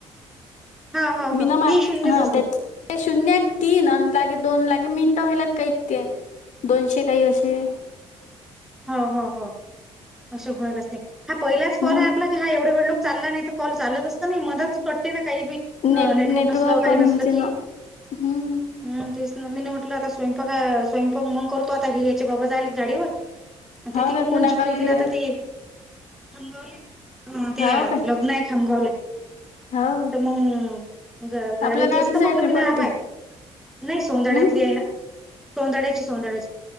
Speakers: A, in the centre; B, on the left.
A: हा हा हा
B: मीना माय
A: ते शून्यच
B: हा
A: असते
B: तेच ते शून्यात तीन अ लागे दोन लागे मिनटं व्हायलात काहीत ते दोनशे काही असे.
A: हो हो हो अशे होइल असे. हा पहिलाच कॉल
B: हम्म
A: आहे आपला? हा एवढे वे लोक चालला नाही तर कॉल चालत असत नाही मध्येचच कटते ना काही बी अ
B: नेट
A: नेटवर्क नसल, काही
B: कमी
A: नसल
B: होते
A: की
B: ना हम्म
A: हम्म तेच ना मीनी म्हटल आता स्वयंपाक स्वयंपाक मंग करतो आता हि याचे बाबा जाईलच गाडीवर. ते
B: हो
A: तिकडूनच
B: काय कुणाकाले
A: जेऊन येतील
B: गेले
A: आता ते. हां ते
B: हो काय
A: लग्न आहे खमगावले.
B: हो का
A: तर मग ग गाडी
B: आपल्या
A: तेच
B: गावातलीच
A: तर
B: आहे
A: म्हटल,
B: ट्रिप
A: मी नाही
B: वाटते
A: ह बाय. नाही सोंदाड्यातली
B: हम्म
A: आहे ना. सोंदाड्याची, सोंदड्याची.